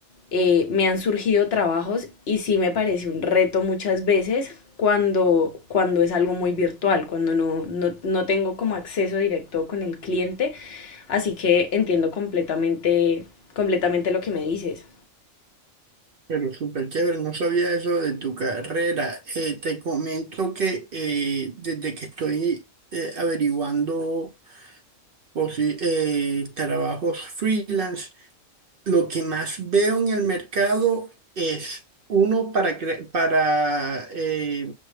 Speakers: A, on the left; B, on the right.
A: eh, me han surgido trabajos y sí me parece un reto muchas veces cuando, cuando es algo muy virtual, cuando no, no, no tengo como acceso directo con el cliente. Así que entiendo completamente, completamente lo que me dices.
B: Pero súper chévere, no sabía eso de tu carrera. Eh, te comento que eh, desde que estoy eh, averiguando posi- eh, trabajos freelance, Lo que más veo en el mercado es uno para, cre- para eh,